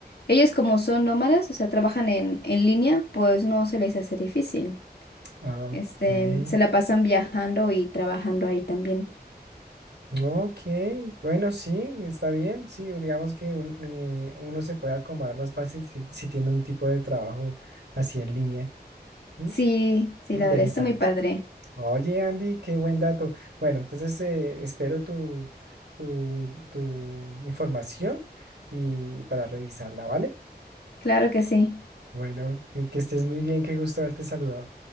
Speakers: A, on the left; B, on the right.
A: ellos como son nómadas, o sea, trabajan en, en línea, pues no se les hace difícil.
B: Ah,
A: Este,
B: Ok.
A: se la pasan viajando y trabajando ahí también.
B: Ok, bueno, sí, está bien, sí, digamos que un- eh, uno se puede acomodar más fácil si, si tiene un tipo de trabajo así en línea. ¿m?
A: Sí, sí,
B: Interesante.
A: la verdad está muy padre.
B: Oye, Andy, qué buen dato. Bueno, entonces eh, espero tu, tu, tu información y para revisarla, ¿vale?
A: Claro que sí.
B: Bueno, que que estés muy bien, qué gusto haberte saludado.